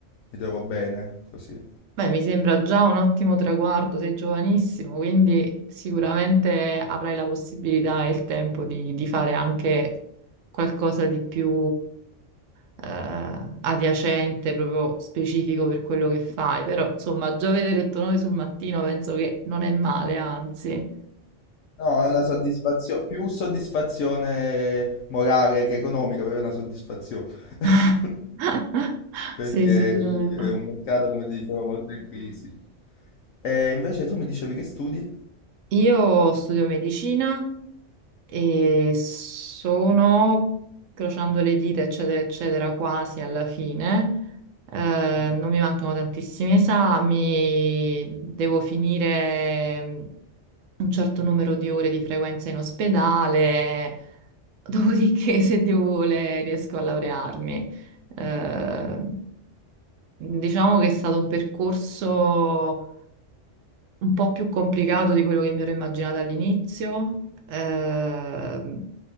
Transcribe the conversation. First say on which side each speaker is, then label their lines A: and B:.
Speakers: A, on the left (about 80°); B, on the right (about 85°).
A: mi trovo bene così.
B: Beh, mi sembra già un ottimo traguardo, sei giovanissimo, quindi sicuramente avrai la possibilità e il tempo di, di fare anche qualcosa di più eh, adiacente, proprio specifico per quello che fai. Però, insomma, già vedere il tuo nome sul mattino penso che non è male, anzi.
A: No, è una soddisfazione, più soddisfazione morale che economica, però è una soddisfazione, <laughs>
B: <laughs>
A: perché
B: Sì, sicuramente.
A: è un mercato, come ti dicevo, molto in crisi. E invece tu mi dicevi che studi?
B: Io studio medicina e sono, crociando le dita, eccetera, eccetera, quasi alla fine. Eh,
A: Mm,
B: non mi mancano tantissimi esami, devo finire mm, un certo numero di ore di frequenza in ospedale, dopodiché, <laughs> se Dio vuole, riesco a laurearmi. Eh, diciamo che è stato un percorso un po' più complicato di quello che mi ero immaginata all'inizio, ehm,